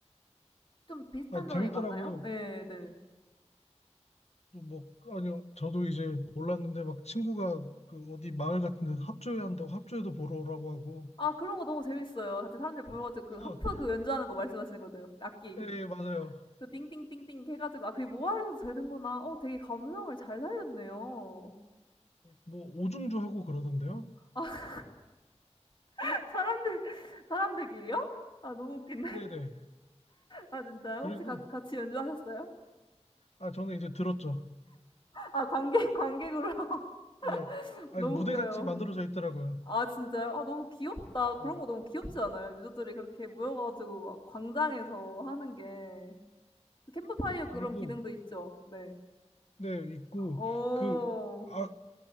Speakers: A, on the left; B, on the left.
A: 좀 비슷한
B: 아
A: 점이
B: 재밌더라고요.
A: 많아요. 예, 네.
B: 뭐 아니요 저도 이제 몰랐는데 막 친구가 그 어디 마을 같은 데서 합주회 한다고 합주회도 보러 오라고 하고
A: 아 그런 거 너무 재밌어요. 같이 사람들 모여 가지고 그
B: <laughs>
A: 하프 그 연주하는 거 말씀하시는 거죠? 악기.
B: 예 맞아요.
A: 그 띵띵띵띵 해 가지고 아 그게 모아서 되는구나. 어 되게 감성을 잘 살렸네요.
B: 뭐 오중주 하고 그러던데요.
A: 아 <laughs> 사람들 사람들끼리요? 아 너무 웃기네.
B: 네네.
A: 아 진짜요?
B: 그리고
A: 혹시 같 같이 연주하셨어요?
B: 아 저는 이제 들었죠.
A: 아 관객 관객으로 <laughs>
B: 예. 아
A: 너무
B: 이거 무대
A: 웃겨요.
B: 같이 만들어져 있더라고요.
A: 아 진짜요? 아 너무 귀엽다. 그런
B: 예.
A: 거 너무 귀엽지 않아요? 유저들이 그렇게 모여 가지고 막 광장에서 하는 게. 그 캠프파이어
B: 그리고
A: 그런 기능도 있죠. 네.
B: 네, 있고
A: 어.
B: 그 악,